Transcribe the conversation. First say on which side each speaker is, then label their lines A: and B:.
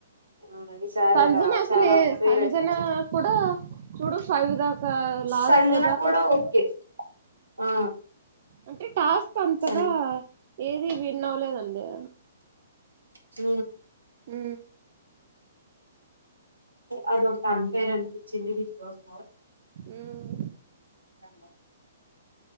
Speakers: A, on the right (about 80°); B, on the right (about 50°).
A: ఆ ఈసారి
B: సంజనా
A: అలా
B: అసలు
A: చాలా అన్ఫేర్
B: సంజనా
A: అనిపించింది
B: కూడాడా చూడు ఫై విదాకలా లాస్ట్
A: సంజన
B: లో దాకావచ్చు
A: కూడా ఓకే ఆ
B: అంటే టాస్క్ అంతగా
A: సన్
B: ఏది విన్ అవలేదండి
A: హ
B: హ
A: అద ఒక అన్ ఫెయిర్ అనిపించింది బిగ్ బస్
B: ఉమ్
A: బ